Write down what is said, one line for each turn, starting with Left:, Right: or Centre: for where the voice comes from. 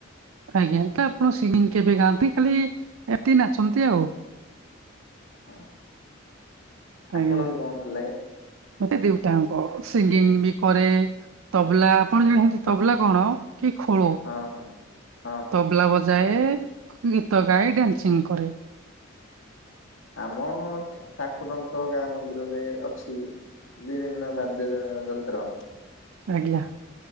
Right: ଆଜ୍ଞା ତ ଆପଣ ସିଙ୍ଗିଙ୍ଗ କେବେ ଗାଆନ୍ତି ଖାଲି ଏମିତି ନାଚନ୍ତି ଆଉ।
Left: ହଁ।
Right: ଆଜ୍ଞା
Left: ଆପଣଙ୍କୁ କଣ ଭଲ ଲାଗେ?
Right: ମତେ ଦଉଟାଙ୍କ ସିଙ୍ଗିଙ୍ଗ ବି କରେ ତବଲା ଆପଣ ଜାଣଛନ୍ତି ତବଲା କଣ କି ଖୋଳ?
Left: ହଁ ହଁ ହଁ ହଁ
Right: ତବଲା ବଜାଏ, ଗୀତ ଗାଏ, ଡାନ୍ସିଂ କରେ।
Left: ଆମ ଠାକୁରଙ୍କ ଙ୍କ ଗାଁ ମନ୍ଦିରରେ ଅଛି ବିଭିନ୍ନ ବାଦ୍ୟ ଯନ୍ତ୍ର।
Right: ଆଜ୍ଞା